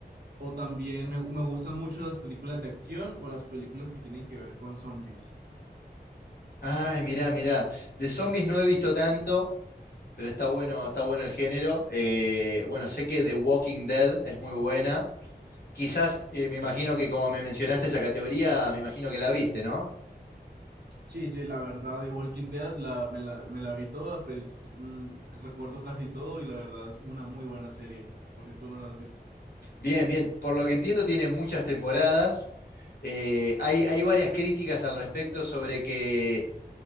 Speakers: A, on the right; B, on the left.
A: o también me, me gustan mucho las películas de acción o las películas que tienen que ver con zombies.
B: Ay, mirá, mirá, de zombies no he visto tanto, pero está bueno, está bueno el género. Eh, bueno, sé que The Walking Dead es muy buena. Quizás eh, me imagino que como me mencionaste esa categoría, me imagino que la viste, ¿no?
A: Sí, sí, la verdad, de Walking Dead la, me la, me la vi toda, pues mm, recuerdo casi todo y la verdad es una muy buena serie, por si tú no la has visto.
B: Bien, bien. Por lo que entiendo, tiene muchas temporadas. Eh, hay, hay varias críticas al respecto sobre que